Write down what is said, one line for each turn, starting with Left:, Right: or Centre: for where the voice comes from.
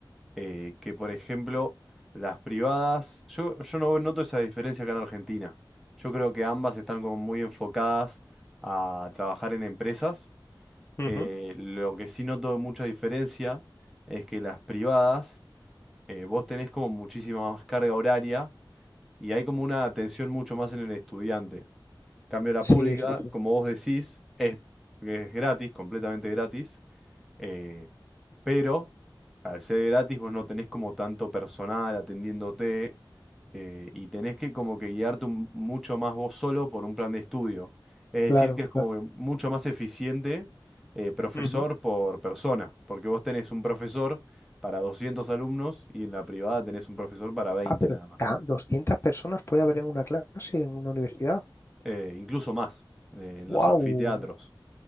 Centre: eh, que, por ejemplo, las privadas, yo, yo no noto esa diferencia acá en Argentina. Yo creo que ambas están como muy enfocadas a trabajar en empresas.
Left: ujú.
Centre: Eh, lo que sí noto mucha diferencia es que las privadas eh, vos tenés como muchísima más carga horaria y hay como una atención mucho más en el estudiante. Cambio la
Left: Sí,
Centre: pública,
Left: sí, sí.
Centre: como vos decís, es, es gratis, completamente gratis, eh, pero al ser gratis vos no tenés como tanto personal atendiéndote eh, y tenés que como que guiarte un- mucho más vos solo por un plan de estudio. Es decir,
Left: Claro,
Centre: que es como
Left: claro.
Centre: que mucho más eficiente eh, profesor
Left: Ujú.
Centre: por persona, porque vos tenés un profesor para 200 alumnos y en la privada tenés un profesor para 20
Left: Ah, pero
Centre: nada más,
Left: tan- 200 personas puede haber en una clase, en una universidad.
Centre: Eh, incluso más, eh, en
Left: ¡Wow!
Centre: los anfiteatros.